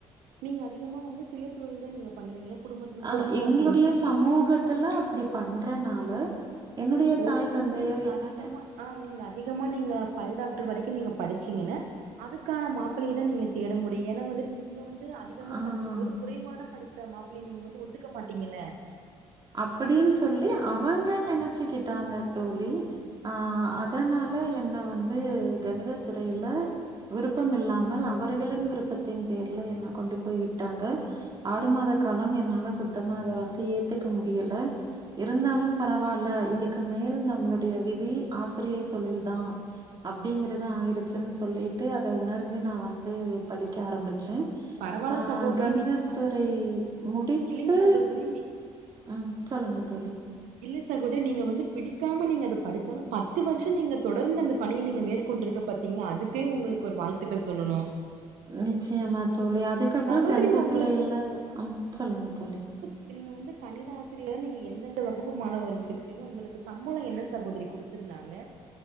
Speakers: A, on the right; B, on the right.
A: நீங்க அதிகமா வந்து சுய தொழில் தா நீங்க பண்ணுவீங்களா குடும்பத்
B: அ
A: குடும்பமா
B: எங்களுடைய
A: சேந்து
B: சமூகத்துல அப்டி பண்றனால என்னுடைய
A: ஓ
B: தாய்
A: நீங்க
B: தந்தையர்
A: வந்து நீங்க
B: என்ன
A: அதிகமா
B: நெ
A: ஆ நீங்க அதிகமா நீங்க பல் டாக்டர் வரைக்கு நீங்க படிச்சீங்கன்னு அதுக்கான மாப்பிளைய தா நீங்க தேட முடியு ஏன்னா வந்துட்டு நீங்க வந்து அதிகமா
B: ஆ.
A: படிக்கும் போது குறைவான படித்த மாப்பிள்ளை நீங்க வந்து ஒத்துக்க மாட்டீங்கள
B: அப்படின் சொல்லி அவுங்க நெனச்சுக்கிட் ட்டாங்க தோழி ஆ
A: அ
B: அதனால என்ன வந்து கணித துறையில விருப்பம் இல்லாமல் அவர்களின் விருப்பத்தின் பேர்ல என்ன கொண்டு போய் விட்டாங்க ஆறு மாத காலம் என்னால சுத்தமா அத வந்து ஏத்துக்க முடியல இருந்தாலும் பரவாயில்ல இதுக்கு மேல் நம்மளுடைய விதி ஆசிரியை தொழில் தா அப்படிங்கறத ஆயிருச்சுன் சொல்லிட்டு அத உணர்ந்து நா வந்து படிக்க ஆரம்பிச்சே
A: பரவால்ல
B: ஆ
A: சகோதரி
B: கணித
A: நீங்க வந்து
B: துறை முடித்து
A: இல்லைங்க சகோதரி நீ
B: உம் சொல்லுங்க தோழி
A: இல்ல சகோதரி நீங்க வந்து பிடிக்காம நீங்க அத படிச்சாலு பத்து வருஷம் நீங்க தொடர்ந்து அந்த பணிய நீங்க மேற்கொண்டிருக்க பட்டிங்க அதுக்கே உங்களுக்கு ஒரு வாழ்த்துக்கள் சொல்லணு
B: நிச்சயமா தோழி அதுக்கப்புறம்
A: சகோதரி
B: கணித
A: உங்களுக்கு
B: துறையில ஆம் சொல்லுங்க தோழி
A: இப்ப நீங்க வந்து கணிதாசிரியரா நீங்க எந்தெந்த வகு ப்பு மாணவர்களுக்கு எடுத்தீங்க உங்களுக்கு சம்பளம் என்ன சகோதரி குடுத்துருந்தாங்க